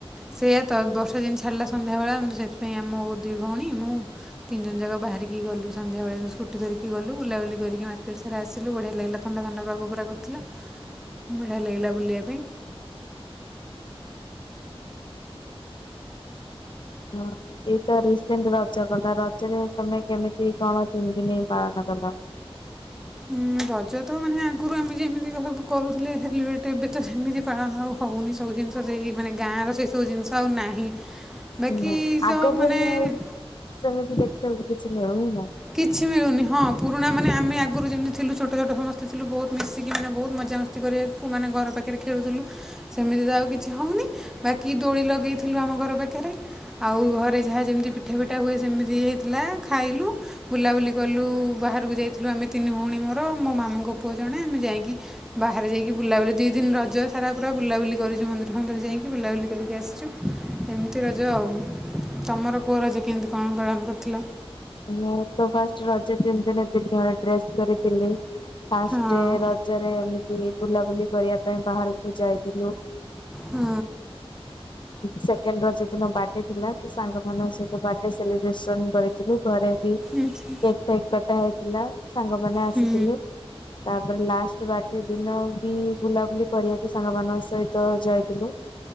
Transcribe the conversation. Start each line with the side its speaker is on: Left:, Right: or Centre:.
Centre: ସେଇୟା ତ ବର୍ଷା ଜିନି ଛାଡ଼୍ଲା ସନ୍ଧ୍ୟା ବେଳେ ସେଇଥିପାଇଁ ଆମକୁ ଦି ଭଉଣୀ ମୁଁ ତିନି ଜଣ ଜାକ ବାହାରିକି ଗଲୁ ସନ୍ଧ୍ୟାବେଳେ ସ୍କୁଟି ଧରିକି ଗଲୁ ବୁଲା ବୁଲି କରିକି ମାର୍କେଟ୍ ସାରା ଆସିଲୁ ବଢ଼ିଆ ଲାଗିଲା ଥଣ୍ଡା ଥଣ୍ଡା ପାାଗ ପୁରା କର୍ଥିଲା। ବଢ଼ିଆ ଲାଗିଲା ବୁଲିବା ପାଇଁ।
Left: ହୁଁ ଏଇତ ରିସେଣ୍ଟେ ରଜ ଗଲା ରଜରେ ତମେ କେମିତି କଣ କେମିତି ନେଇ ପାଳନ କଲ?
Centre: ଉଁ ରଜ ତ ମାନେ ଆଗରୁ ଆମେ ଯେମିତିକା ସବୁ କରୁଥିଲେ ସେଲିବ୍ରେ ଏବେ ତ ସେମିତି ପାଳନ ଆଉ ହଉନି ସବୁ ଜିନ୍ଷ ସେଇ ମାନେ ଗାଁର ସେଇ ସବୁ ଜିନ୍ଷ ଆଉ ନାହିଁ। ବାକି
Left: ନା
Centre: ତ
Left: ଆଗ
Centre: ମାନେ
Left: ଭଳି ଆଉ ସେମିତି ଦେଖିବାକୁ କିଛି ମିଳୁନି ନା।
Centre: କିଛି ମିଳୁନି ହଁ ପୁରୁଣା ମାନେ ଆମେ ଆଗରୁ ଯେମିତି ଥିଲୁ ଛୋଟ ଛୋଟ ସମସ୍ତେଥିଲୁ ବହୁତ୍ ମିଶିକି ମାନେ ବହୁତ୍ ମଜା ମ ତି କରିବାକୁ ମାନେ ଘର ପାଖରେ ଖେଳୁଥିଲୁ ସେମିତି ତ ଆଉ କିଛି ହଉନି ବାକି ଦୋଳି ଲଗେଇଥିଲୁ ଆମ ଘର ପାଖରେ। ଆଉ ଘରେ ଯାହା ଯେମିତି ପିଠା ପିଠା ହୁଏ ସେମିତି ହେଇଥିଲା ଖାଇଲୁ। ବୁଲାବୁଲି କଲୁ ବାହାରକୁ ଯାଇଥିଲୁ ଆମେ ତିନି ଭଉଣୀ ମୋର ମୋ ମାମୁଙ୍କ ପୁଅ ଜଣେ ଆମେ ଯାଇକି ବାହାରେ ଯାଇକି ବୁଲାବୁଲି ଦୁଇ ଦିନ ରଜ ସାରା ପୁରା ବୁଲାବୁଲି କରିଛୁ ମନ୍ଦିର ଫନ୍ଦିର ଯାଇକି ବୁଲାବୁଲି କରିକି ଆସିଛୁ। ଏମିତି ରଜ ଆଉ ତମର କଉ ରଜ କେମିତି କଣ ପାଳନ କରିଥିଲ।
Left: ମୁଁ ତ ଫାଷ୍ଟ ରଜ ତିନି ଦିନ ନୂଆ ଡ୍ରେସ୍ କରିଥିଲି ଫାଷ୍ଟ
Centre: ହଁ
Left: ର ରଜରେ ଏମିତି ବୁଲାବୁଲି କରିବା ପାଇଁ ବାହାରକୁ ଯାଇଥିଲୁ।
Centre: ହୁଁ।
Left: ସେକେଣ୍ଡ ରଜ ଦିନ ବାର୍ଡେ ଥିଲା ସେ ସାଙ୍ଗମାନଙ୍କ ସହିତ ବାର୍ଡେ ଲିବ୍ରେସନ ଘରେ ବି
Centre: ଆଚ୍ଛା
Left: କେକ୍ ଫେକ୍ କଟା ଥିଲା ସାଙ୍ଗମାନେ ଆସିଥିଲେ
Centre: ହୁଁ
Left: ତାପରେ ଲାଷ୍ଟ ବାର୍ଡେ ଦିନ ବି ବୁଲାବୁଲି କରିବାକୁ ସାଙ୍ଗମାନଙ୍କ ସହିତ ଯାଇଥିଲୁ।